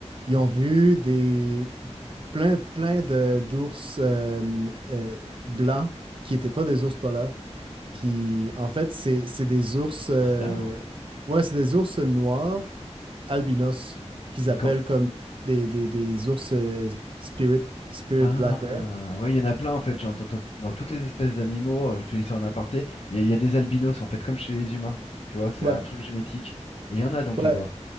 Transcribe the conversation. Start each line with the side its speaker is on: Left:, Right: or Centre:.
Right: ils ont vu des, plein, plein de, d'ours euh, euh, blancs qui n'étaient pas des ours polaires. Puis en fait, c'est, c'est des ours, euh,
Left: bizarre.
Right: ouais, c'est des ours noirs albinos qu'ils
Left: Et
Right: appellent
Left: quand
Right: comme des, des, des ours euh, spirit, spirit
Left: Ah,
Right: black bear.
Left: ouais, il y en a plein en fait, genre, dans, dans- dans toutes les espèces d'animaux, euh, je te dis ça en aparté, il y, a il y a des albinos en fait comme chez les humains, tu vois, c'est
Right: Ouais.
Left: un truc génétique. Et il y en a donc
Right: Ouais,
Left: là-bas.